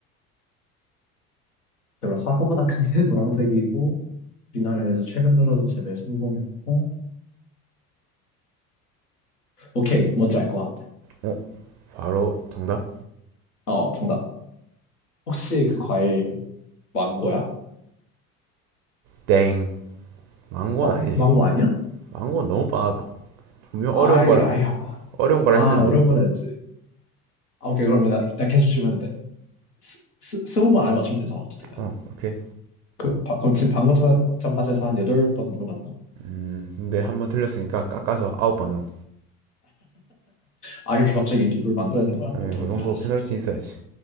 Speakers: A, on the left; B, on the right.
A: 제가 사과보다 큰데 <laughs> 노란색이고 우리나라에서 최근 들어서 재배 성공했고. 오케이, 뭔지 알 것 같아.
B: 어? 바로 정답?
A: 어, 정답. 혹시 그 과일 망고야?
B: 땡 망고는
A: 어,
B: 아니지
A: 망고 아니야?
B: 망고는 너무 뻔하다 분명
A: 아이,
B: 어려운 거라
A: 아이, 아,
B: 어려운 거라
A: 아,
B: 했는데
A: 어려운 거라 했지. 아, 오케이, 그러면 나, 나 계속 질문해도 돼. 스, 스, 스무 번 안에 맞추면 되잖아, 어쨌든 간에.
B: 어 오케이
A: 그, 바, 그럼 지금 방금 전- 전까지 해서 한 여덟 번 물어봤나?
B: 음, 근데 한 번 틀렸으니까 깎아서 아홉 번으로
A: 아, 이렇게 갑자기 이렇게 룰 만들어야 되는 거야?
B: 아니,
A: 오케이,
B: 그
A: 오케이,
B: 정도
A: 알았어,
B: 페널티
A: 알았어.
B: 있어야지